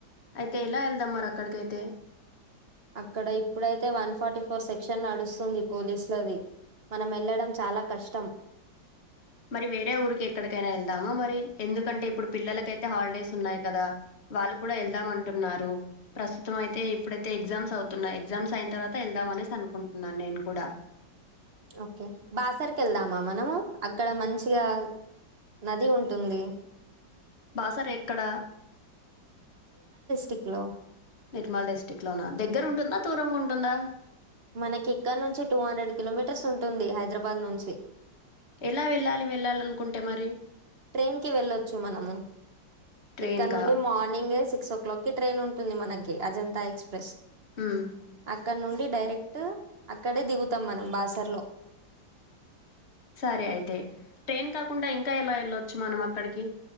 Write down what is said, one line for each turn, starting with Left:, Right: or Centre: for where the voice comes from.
Left: అయితే ఎలా వెళ్దాం మరి అక్కడికైతే
Right: అక్కడ ఇప్పుడైతే వన్ ఫార్టీ ఫోర్ సెక్షన్ నడుస్తుంది పోలీసులది మనం వెళ్లడం చాలా కష్టం
Left: మరి వేరే ఊరికి ఎక్కడికైనా వెళ్దామా మరి ఎందుకంటే ఇప్పుడు పిల్లలకైతే హాలిడేస్ ఉన్నాయి కదా వాళ్ళు కూడా వెళ్దాం అంటున్నారు ప్రస్తుతం అయితే ఇప్పుడైతే ఎగ్జామ్స్ అవుతున్నాయి ఎగ్జామ్స్ అయిన తర్వాత వెళ్దాం అనేసి అనుకుంటున్నా నేను కూడా
Right: ఓకే బాసర్కి వెళ్దామా మనము అక్కడ మంచిగా నది ఉంటుంది
Left: బాసర ఎక్కడ
Right: టిక్లో
Left: నిర్మల్ డిస్ట్రిక్ట్ లోనా దగ్గర ఉంటుందా దూరం ఉంటుందా
Right: మనకి ఇక్కడ నుంచి టూ హండ్రెడ్ కిలోమీటర్స్ ఉంటుంది హైదరాబాద్ నుంచి
Left: ఎలా వెళ్ళాలి వెళ్ళాలనుకుంటే ఎమరి
Right: ట్రైన్ కి వెళ్ళొచ్చు మనము
Left: ట్రైన్
Right: ఇక్కడ
Left: కా
Right: నుండి మార్నింగే సిక్స్ ఓ క్లాక్కి ట్రైన్ ఉంటుంది మనకి అజంతా ఎక్స్ ఎక్సప్రెస్
Left: హ్మ్
Right: అక్కడ నుండి డైరెక్ట్ అక్కడే దిగుతాం మనం బాసర్ లో
Left: సరే అయితే ట్రైన్ క కుండా ఇంకా ఎలా వెళ్ళొచ్చు మనం అక్కడికి